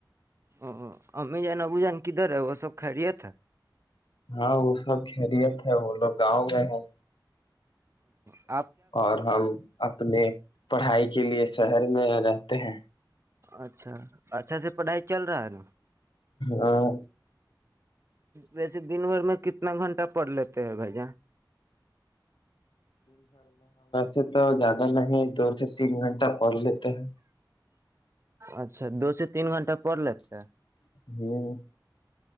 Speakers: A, on the right; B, on the left.
A: ا اممی جان ابو جان کی در ا وہ سب خیریت ہے
B: ہاں سب خریت ہے وہ لوگ گاؤں گئے ہیں
A: ہ
B: اور ہم اپنے پڑھائی کے لیے شہر میں رہتے ہیں
A: اچھا اچھا سے پڑھائی چل رہا ہے نا
B: ہاں
A: ویسے دن بھر میں کتنا گھنٹہ پڑ لیتے ہیں بھائی ج
B: سے تو زیادہ نہیں دو سے تین گھنٹہ پڑھ لیتے ہیں
A: اچھا دو سے تین گھنٹہ پڑ لی تھ
B: ہیں ہ